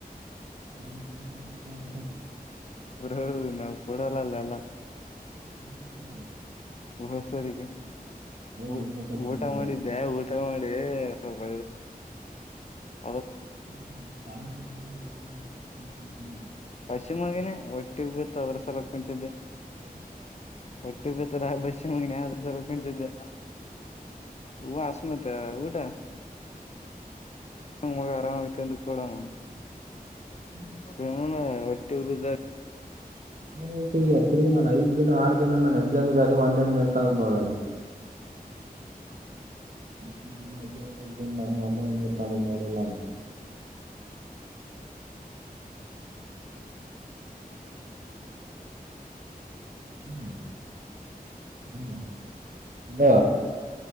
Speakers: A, on the right (about 60°); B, on the left (about 45°).
A: <unintelligible>
B: ಬ್ರೋ ನಾವ್ ಕೊಡಲ್ಲಲ್ಲ
A: ಏನ್ನು ಕೊಡಲ್ಲ
B: ಹೊಸ ಉಡುಗಿ <inaudible>
A: ಹೋಗಿ ನಿಲ್ಬೇಕಲ್ಲಿ
B: ಊಟ
A: ಕುಂದ್ರದಲ್ಲಿ
B: ಮಾಡಿದ್ದೆ ಊಟ ಮಾಡಿ ಸ್ವಲ್ಪ್ <unintelligible>
A: <unintelligible> ಹ್ಮ್
B: ಅಸಿಮಗನ ಒಟ್ಟಿಗ್ಬಿತ್ತು ಅದ್ರ್ ಸಲ್ವಾಗ್ ಕುಂತಿದ್ದೆ
A: ಹ್ಮ್
B: ಅಟ್ಟಿ ಬೆಯ್ತುನಗ್ಬೇಸ್ ನ್ನೆ ಆದ್ರು ಸಾಲ್ವಗ್ ನಿಂತಿದ್ದೆ ಉವಸ್ಮಿತ ಊಟ ಮಗ ಆರಾಮಗ್ ತಂದು ಕೊಡವ
A: ಹ್ಮ್
B: ಹಣ ಒಟ್ಟ ಉಬ್ಬಿದ
A: ಏನೇತಿ ತಿರಿಗಿ ನಾನು ಐದ್ ದಿನ ಆರು ದಿನ ನಾನ ಎಕ್ಸಾಮಗೆ ಆದ ಒಂದಣ ನೀರ್ತಂದದ್ದು ನೋಡಲ್ಲ ಈಸ್ದಿನ ನಾನು ಎಕ್ಸಾಮಿಗಿ ಹೊಗಿ ಬಂದು ನಾನು ಒಂ. ದಿನ ನೀರ್ತಂದದ್ದು ನೋಡಿಲ್ಲ ನಾನು ಹ್ಮ್ ಹದಾ ಅಲ